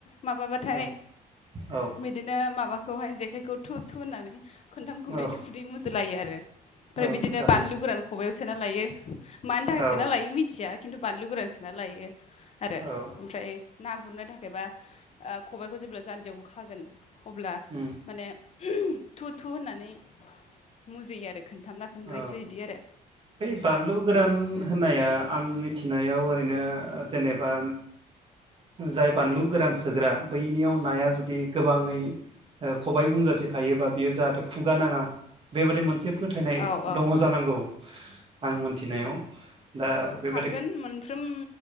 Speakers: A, on the left; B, on the right.
A: माबाथाय
B: औ औ
A: बिदिनो माबाखौहाय जेखायखौ थु-थु होननानै खनथाम खनब्रैसो
B: औ
A: खुदैै मुजुलायो आरो ओमफ्राय
B: औ
A: बिदिनो
B: थारैनो
A: बानलु गोरान खबायाव सोना लायो मानि थाखाय
B: औ
A: सोना लायो मिथिया खिन्थु बानलु गोरान सोना लायो आरो
B: औ
A: ओमफ्राय ना गुरनो थाखायबा खबायखौ जेब्ला जान्जियावखौ खागोन अब्ला
B: उम
A: माने थु थु होननानै मुजियो आरो खोनथामना खनब्रैसो
B: औ
A: बिदि आरो
B: बै बानलु गोरान होननाया आं मिथिनायाव ओरैनो जेनेबा जाय बानलु गोरान सोग्रा बैनियाव नाया जुदि गोबाङै ओ खबाइ बुंजासे थायोबा बियो जाहाथे खुगा नाङा बेबादि मोनसे फोथायनाय
A: औ औ
B: दङ जानांगौ आं मोनथिनायाव दा
A: औ
B: बेबादि
A: थागोन मोनफ्रोम